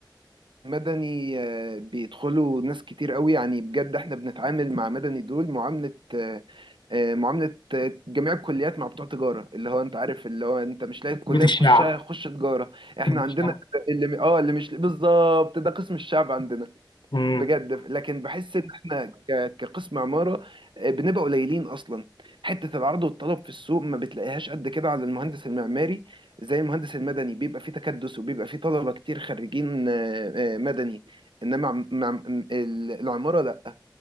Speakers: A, on the right; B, on the left.
A: مدني آه، بيدخلوا ناس كتير قوي يعني بجد احنا بنتعامل مع مدني دول معاملة آه، آه، معاملة آه، جميع الكليات مع بتوع تجارة اللي هو انت عارف اللي هو انت مش لاقي الكلية
B: بيت الشعب
A: تخشها خش تجارة احنا
B: بيت
A: عندنا
B: الشعب
A: اللي اه اللي مش بالظبط ده قسم الشعب عندنا
B: امم
A: بجد لكن بحس ان احنا ك- كقسم عمارة آه، بنبقى قليلين اصلا حتة العرض والطلب في السوق ما بتلاقيهاش قد كده على المهندس المعماري زي المهندس المدني بيبقى فيه تكدس وبيبقى فيه طلبة كتير خريجين آه، آه، مدني انما عم- مع م- ال- العمارة لا